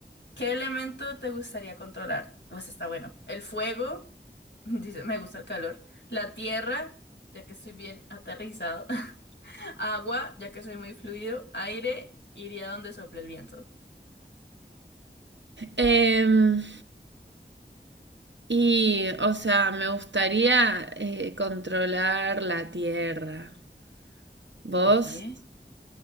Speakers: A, on the left (about 80°); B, on the right (about 80°).
A: ¿Qué elemento te gustaría controlar? Pues está bueno. El fuego, <laughs> dice, me gusta el calor. La tierra, ya que estoy bien aterrizado. <laughs> Agua, ya que soy muy fluido. Aire, iría donde sople el viento.
B: em, y o sea, me gustaría eh, controlar la tierra. ¿Vos?
A: ¿Por qué?